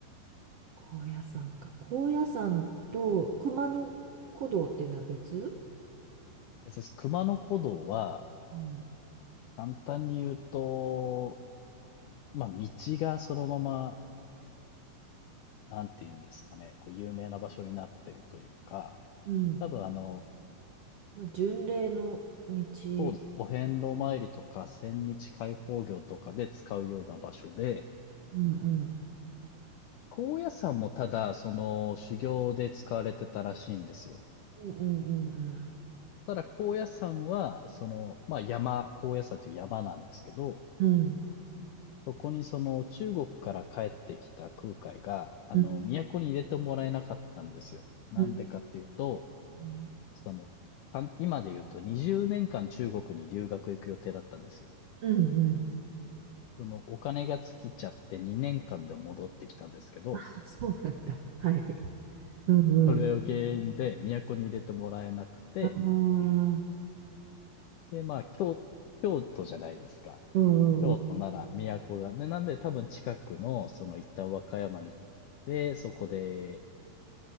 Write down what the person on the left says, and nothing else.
別にす熊野古道は
簡単に言うと、まあ、道がそのまま、なんて言うんですかね、こう、有名な場所になってるというか、
多分あの、
そうです。お遍路参りとか、千日開放行とかで使うような場所で、
高野山もただ、その、修行で使われてたらしいんですよ。
ただ、高野山は、その、まあ、山、高野山という山なんですけど、
そこにその中国から帰ってきた空海が、あの、
都に入れてもらえなかったんですよ。なんでかっていうと、
その、かん今で言うと20年間中国に留学行く予定だったんですよ。
そのお金が尽きちゃって2年間で戻ってきたんですけど、
それを原因で都に入れてもらえなくて、
で、まあ、京、京都じゃないですか。
京都なら都が。ね、なんで多分近くの、その一旦和歌山に行って、そこで